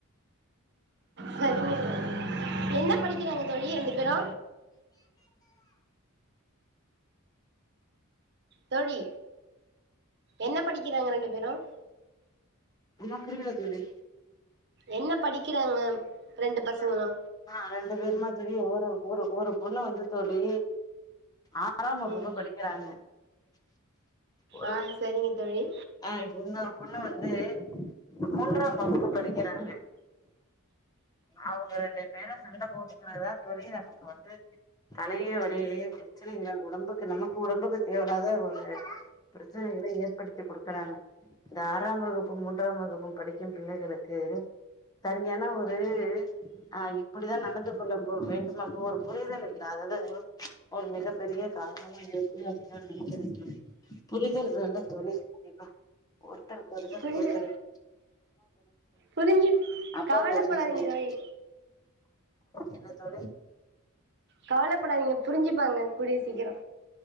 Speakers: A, on the right; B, on the left.
A: செரிங்க தோழி என்ன படிக்கிறாங்க தோழி ரெண்டு பேரு தோழி என்ன படிக்கிறாங்க ரெண்டு பேரும்
B: என்ன புரியல தோழி
A: என்ன படிக்கிறாங்க ரெண்டு
B: <unintelligible>
A: பசங்களு
B: ஆ ரெண்டு பேருமா தோழி ஒரு ஒரு ஒரு பொண்ணு வந்து தோழி ஆறாம் வகுப்பு
A: ம்
B: படிக்கிறாங்க ஒருப்
A: ஆ சரிங்க தோழி
B: அ இன்னோரு பொண்ண வந்து மூன்றாம் வகுப்பு படிக்கிறாங்க அவுங்க ரெண்டு பேரு சண்ட போட்டுக்குறதுதா தோழி நமக்கு வந்து தலையே வலி ப்ரச்சனை இல்ல உடம்புக்கு நமக்கு உடம்புக்கு தேவயில்லாத ஒரு பிரச்சனைகளை ஏற்படுத்தி குடுக்குறாங்க இந்த ஆறாம் வகுப்பும் மூன்றாம் வகுப்பும் படிக்கும் பிள்ளைகளுக்கு கு சரியான ஒரு ஆ இப்புடித்தா நடந்து கொள்ள வேண்டும் அப்ப ஒரு புரிதல் இல்லாதது தது ஒரு மிகப் பெரிய காரணமா இருக்குமுன்னு நெனக்கிற தோழி புரிதல் வேணும் தோழி கண்டிப்பா ஒருத்தருக்கு ஒருத்தர்
A: புரிது
B: புரிதல் வேணு
A: புரிஞ்சு
B: அப்பாவுக்கு
A: கவலைப்படாதீங்க
B: உடம்பு சரியில்ல
A: தோழி
B: என்ன தோழி
A: கவலைப்படாதீங்க புரிஞ்சுப்பாங்க கூடிய சீக்கிரோ